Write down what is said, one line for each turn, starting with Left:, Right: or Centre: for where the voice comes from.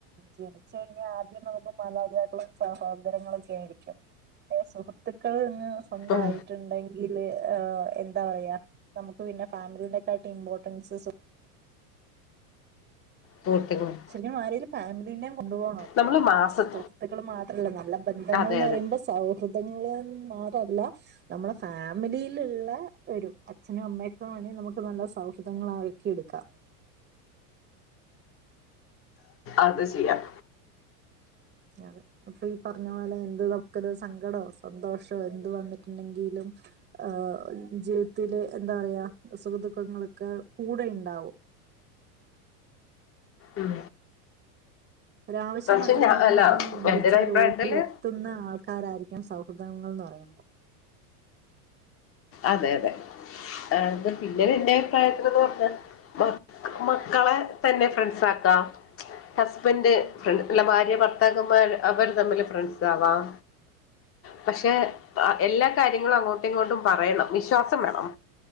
Right: ജനിച്ച് കഴിഞ്ഞാ ആദ്യം നമുക്ക് മാതാപിതാക്കളും, സഹോദരങ്ങളക്കെയായിരിക്കും പിന്നെ സുഹൃത്തുക്കളങ് സ്വന്തായിട്ട്ണ്ടെങ്കില്
Left: ഉം
Right: ഏഹ് എന്താ പറയാ നമുക്ക് പിന്നെ ഫാമിലിയുടെ ക്കാട്ടി ഇംബോ ർട്ടെൻസ് സുഹൃ
Left: ത്ത്ക്കളാണ്
Right: ശരിക്കും ആ രീതീല് ഫാമിലീന്നേം കൊണ്ടു പോണോട്ടോ?
Left: നമ്മള് മാസ
Right: സുഹൃത്തുക്കള് മാത്രല്ല നല്ല ബന്ധങ്ങൾന്ന്
Left: അതെ അതെ
Right: പറയുമ്പോ സൗഹൃദങ്ങള് മാത്രല്ല നമ്മളെ ഫാമിലിയ്ല്ള്ള വരും അച്ഛനും, അമ്മയൊക്കെ വേണെങ്കി നമുക്ക് നല്ല സൗഹൃദങ്ങളാക്കിയെട്ക്കാം
Left: അത് ചെയ്യാം
Right: അതെ അപ്പ ഈ പറഞ്ഞ പോലെ എന്ത് നമുക്കൊരു സങ്കടോ, സന്തോഷോ എന്ത് വന്നിട്ട്ണ്ടെങ്കിലും ഏഹ് ജീവിതത്തില് എന്താ പറയാ സുഖദുഃഖങ്ങളെക്കെ‌ കൂടെയിണ്ടാവും
Left: ഉം
Right: ഒരാവശ്യം
Left: പക്ഷെ
Right: വന്നിട്ടുണ്ടെങ്കിലൊന്ന്
Left: ഞാൻ അല്ല
Right: വിളിച്ചാലോടിയെ
Left: എന്റെ ഒരു അഭിപ്രായത്തില്
Right: എത്തുന്ന ആൾക്കാരായിരിക്കണം സൗഹൃദങ്ങൾ എന്ന് പറയുമ്പോൾ
Left: അതെ അതെ ആ പിന്നീട് എന്റെ അഭിപ്രായത്തിലന്ന് പറഞ്ഞ മ മക്കളെ തന്നെ ഫ്രണ്ട്സ ആക്കാം ഹസ്ബന്റ് അല്ല ഭാര്യ ഭർത്താക്കന്മാർ അവര് തമ്മില് ഫ്രണ്ട്സാവാം പക്ഷെ എല്ലാ കാര്യങ്ങളും അങ്ങോട്ടും ഇങ്ങോട്ടും പറയണം വിശ്വാസം വേണം